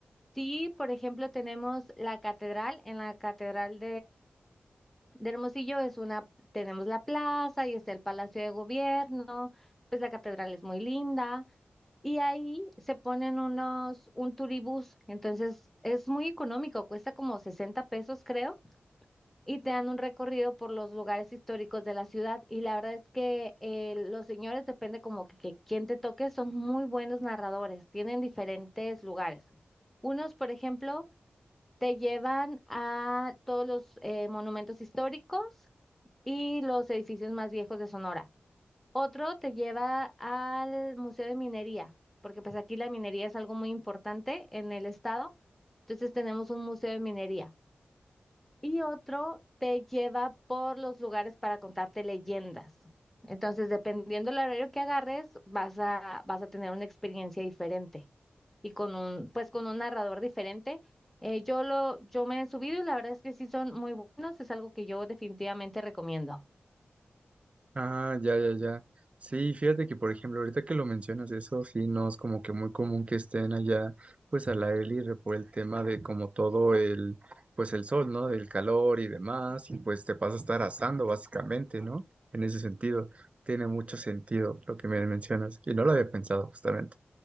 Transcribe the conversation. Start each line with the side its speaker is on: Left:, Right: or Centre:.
Centre: sí, por ejemplo, tenemos la catedral, en la catedral De Hermosillo es una, tenemos la plaza y está el Palacio de Gobierno, pues la catedral es muy linda y ahí se ponen unos, un turibús, entonces es muy económico, cuesta como 60 pesos creo y te dan un recorrido por los lugares históricos de la ciudad y la verdad es que eh, los señores, depende como que, que quien te toque, son muy buenos narradores, tienen diferentes lugares. Unos, por ejemplo, te llevan a todos los eh, monumentos históricos y los edificios más viejos de Sonora. Otro te lleva al Museo de Minería, porque pues aquí la minería es algo muy importante en el estado. Entonces tenemos un museo de minería. Y otro te lleva por los lugares para contarte leyendas. Entonces, dependiendo del horario que agarres, vas a, vas a tener una experiencia diferente y con un, pues con un narrador diferente. Eh, yo lo, yo me he subido y la verdad es que sí son muy buenos, es algo que yo definitivamente recomiendo.
Right: Ah, ya, ya, ya. Sí, fíjate que, por ejemplo, ahorita que lo mencionas, eso sí no es como que muy común que estén allá, pues al aire libre por el tema de como todo el, pues el sol, ¿no? El calor y demás, y pues te vas a estar asando básicamente, ¿no? En ese sentido, tiene mucho sentido lo que me mencionas, y no lo había pensado justamente.